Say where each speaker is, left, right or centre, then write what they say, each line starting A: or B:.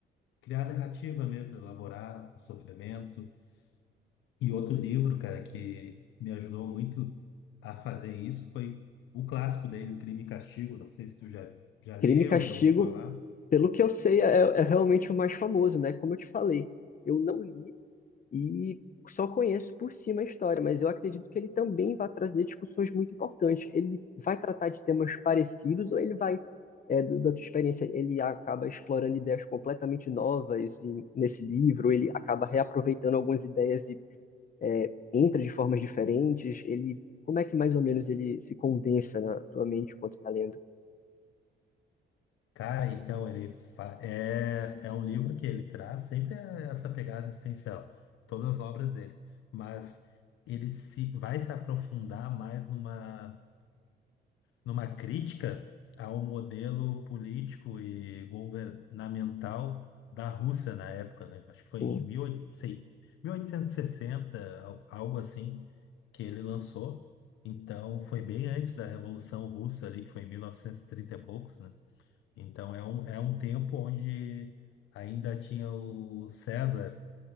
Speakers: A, on the left; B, on the left.
A: criar narrativa mesmo, elaborar o sofrimento e outro livro, cara, que me ajudou muito a fazer isso foi o clássico dele, O Crime e Castigo. Não sei se tu já, já leu,
B: Crime e Castigo,
A: já ouviu falar.
B: pelo que eu sei, é, é realmente o mais famoso, né? Como eu te falei, eu não li e só conheço por cima a história, mas eu acredito que ele também vai trazer discussões muito importantes. Ele vai tratar de temas parecidos ou ele vai, é, do- da tua experiência, ele acaba explorando ideias completamente novas em- nesse livro, ele acaba reaproveitando algumas ideias e é, entra de formas diferentes, ele, como é que mais ou menos ele se condensa na tua mente enquanto tá lendo?
A: Cara, então ele fa- é, é um livro que ele traz sempre eh, essa pegada existencial, todas as obras dele, mas ele se vai se aprofundar mais numa numa crítica ao modelo político e governamental da Rússia na época, né? Acho que foi
B: Hum,
A: em 1800, 1860, al- algo assim, que ele lançou. Então, foi bem antes da Revolução Russa ali, que foi em 1930 e trinta e poucos, né? Então, é um, é um tempo onde ainda tinha o César,